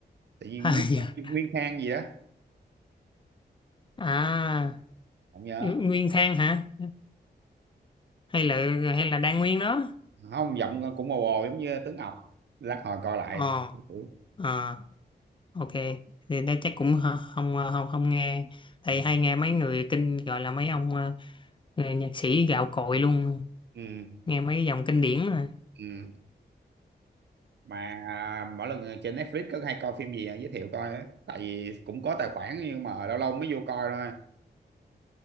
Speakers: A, on the right; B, on the left.
A: tự nhiên
B: à,
A: Nguyên,
B: <laughs> dạ.
A: Nguyên Khang gì đó
B: à
A: không nhớ
B: Nguyên Khang hả hay là hay là Đan Nguyên đó
A: không giọng cũng mồ hồ giống như Tuấn Ngọc lát hồi coi lại
B: ờ
A: ừ.
B: ờ ok thì đây chắc cũng hơ- không không không nghe tại
A: Ừ.
B: hay nghe mấy người kinh gọi là mấy ông ờ, người nhạc sĩ gạo cội luôn
A: Ừ.
B: nghe mấy cái dòng kinh điển rồi
A: ừ. mà à, mỗi lần trên Netflix có hay coi phim gì à, giới thiệu coi á. tại vì cũng có tài khoản nhưng mà lâu lâu mới vô coi thôi